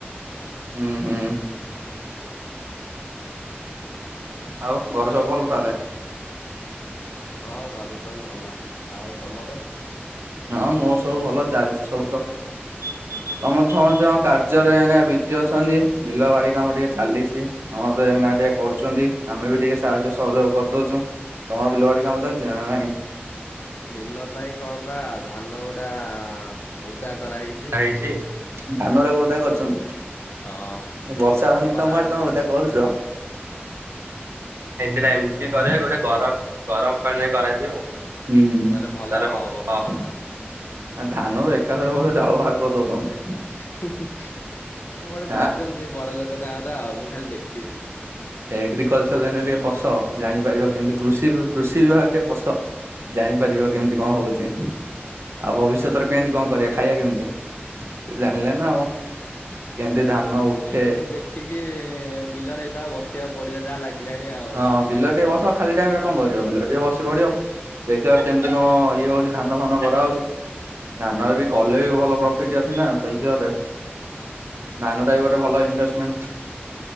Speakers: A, on the right (about 85°); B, on the left (about 60°).
A: ହୁଁ ହୁଁ। ଆଉ ଘରେ ସବୁ ଭଲ ତାହେଲେ?
B: ହଁ ଘରେ ସବୁ ଭଲ ଆଉ ତମର?
A: ହଁ ମୋର ସବୁ ଭଲ ଚାଲଚି ସବୁ ତ। ସମତେ ସମସ୍ତେଙ୍କ କାର୍ଯ୍ୟରେ ଏଇନେ ବିଜି ଅଛନ୍ତି ବିଲ ବାଡି କାମ ଟିକେ ଚାଲିଛି। ସମସ୍ତେ ଏଇନା ଟିକେ କରୁଚନ୍ତି ଆମେ ବି ଟିକେ ସାହାଯ୍ୟ ସହଯୋଗ କରଦଉଛୁ। ତମର ବିଲ ବାଡି କାମ ଚାଲଚି ନା ନାଇଁ?
B: ବିଲ ପାଇଁ କଣ ବା ଧାନ ଗୁଡା ଓଦା କରାହେଇ
A: ଦା ହେଇଚି ଧାନ ଗୁରାକ ଓଦା କରିଚନ୍ତି।
B: ହଁ।
A: ଏ
B: ତା
A: ବର୍ଷା
B: ବୋଧେ କଣ
A: ହଉନି କି
B: କରାହବ
A: ତମ ଆଡେ ତମେ
B: ଗୋଟେ
A: ଓଦା
B: ଆଉ
A: କରୁଚ। ଏ ସେଟା ଏମତି କରେ ଗୋଟେ ଗରମ ଗରମ ପାଣିରେ କରାଯିବ। ହୁଁ ହୁଁ
B: ତାହେଲେ ଭଲ
A: ତାର
B: ହବ
A: <inaudible>
B: ଫସଲ ଟା
A: ଆ ଧାନରୁ ଏକାଥରେ ବୋଧେ ଚାଉଳ ବାହାର କରିଦବ ତମେ?
B: କଣ ଗୋଟେ କରିଛନ୍ତି
A: ଆଁ
B: ସେ ବଡ ଲୋକ ତାଙ୍କର ଆଉ ମୁଁ ଖାଲି ଦେଖିଛି।
A: ଏଗ୍ରିକଲଚର ଲାଇନରେ ଟିକେ ପସ ଜାଣିପାରିବ କେମିତି କୃଷି କୃଷି ବିଭାଗ ଟିକେ ପସ ଜାଣିପାରିବ କେମତି କଣ ହଉଛି ଆଉ ଭବିଷ୍ୟତରେ କେମତି କଣ କରିବା ଖାଇବା କେମିତି? ସେ ଜାଣିଲେନା ଆଉ। କେମିତି ଧାନ
B: ହଁ
A: ଉଠେ
B: ଏଇ ଦେଖିକି ବିଲରେ ଏଇପାଳ ବସିବାକୁ ପଡିବା ଯାହା ଲାଗେ ଲାଗିଲାଣି ଆଉ
A: ହଁ
B: ତମ
A: ବିଲ
B: କଥାରୁ
A: ଟିକେ ବସ
B: ଆଉ।
A: ଖାଲି ଟାଇମରେ କଣ କରିବ ବିଲରେ ଟିକେ ବସି ପଡିବ। ଦେଖିବା କେମିତି କଣ ଇଏ ହଉଛି ଧାନ ଫାନ କରାହଉଛି ଧାନରେ
B: ହୁଁ
A: ବି କ କଲେ ବି ଭଲ ପ୍ରଫିଟ ଅଛିନା ତରେ <inaudible> ଧାନଟା ବି ଗୋଟେ ଭଲ ଇନଭେଷ୍ଟମେଣ୍ଟ